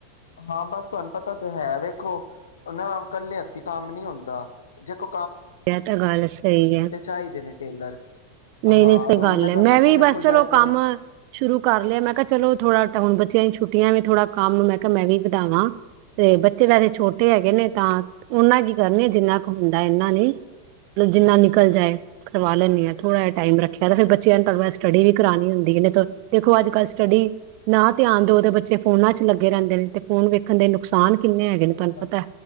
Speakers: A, on the left; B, on the right.
A: ਹਾਂ ਬਸ ਤੁਹਾਨੂੰ ਪਤਾ ਤੇ ਹੈ ਵੇਖੋ ਨਾ ਇਕੱਲੇ ਅਤੀ ਕੰਮ ਨੀ ਹੁੰਦਾ ਜੇ ਕੋ
B: ਇਹ ਤਾਂ ਗੱਲ ਸਹੀ ਹੈ
A: ਚਾਹੀਦੇ ਨੇ ਟੇਲਰ।
B: ਨਹੀਂ-ਨਹੀਂ
A: ਹਾਂ
B: ਸਹੀ ਗੱਲ
A: ਹੁਣ
B: ਹੈ
A: ਤੁਹਾਨੂੰ
B: ਮੈਂ
A: ਦੱਸਾਂ
B: ਵੀ
A: ਮੇਰੇ
B: ਬਸ
A: ਕੋਲ
B: ਚਲੋ,
A: ਜ਼ਿਆਦਾਤਰ
B: ਕੰਮ ਸ਼ੁਰੂ ਕਰ ਲਿਆ ਮੈਂ ਕਿਹਾ ਚਲੋ ਥੋੜਾ ਟ ਹੁਣ ਚ ਛੁੱਟੀਆਂ ਵੀ ਥੋੜਾ ਕੰਮ ਮੈਂ ਕਿਹਾ ਮੈਂ ਵੀ ਕਢਾਵਾਂ ਤੇ ਬੱਚੇ ਵੈਸੇ ਛੋਟੇ ਹੈਗੇ, ਨੇ ਤਾਂ ਉਹਨਾ ਕੀ ਕਰਨੀ ਆ ਜਿੰਨਾ ਕੁ ਹੁੰਦਾ ਇਹਨਾਂ ਨੀ ਮਤਲਬ ਜਿੰਨਾ ਨਿਕਲ ਜਾਏ। ਕਰਵਾ ਲੈਂ ਆ ਥੋੜਾ ਟਾਈ ਰੱਖਿਆ ਫਿਰ ਬ ਬ ਸਟੱਡੀ ਵੀ ਕਰਾਣੀ ਹੁੰਦੀ। ਦੇਖੋ ਅੱਜ ਕੱਲ੍ਹ ਸਟੱਡੀ ਨਾ ਧਿਆਨ ਦੋ ਦੇ ਬੱਚੇ ਫੋਨਾਂ ਚ ਲੱਗੇ ਰਹਿੰਦੇ ਨੇ ਤੇ ਫੋਨ ਵੇਖਣ ਦੇ ਨੁਕਸਾਨ ਕਿੰਨੇ ਹੈਗੇ ਨੇ ਤੁਹਾਨੂੰ
A: ਅੱਜ ਕੱਲ
B: ਪਤਾ